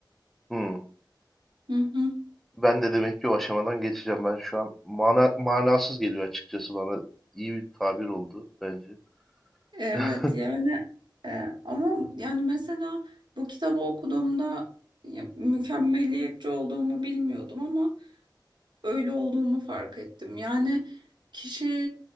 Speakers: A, in the centre; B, on the right.
A: Hı.
B: Hı hı.
A: Ben de demek ki o aşamadan geçeceğim. Ben şu an mana, manasız geliyor açıkçası bana. İyi bir tabir oldu bence.
B: Evet
A: <laughs> Hı
B: yani e, ama yani mesela bu kitabı okuduğumda ya, mükemmeliyetçi olduğumu bilmiyordum ama öyle olduğumu fark ettim. Yani kişi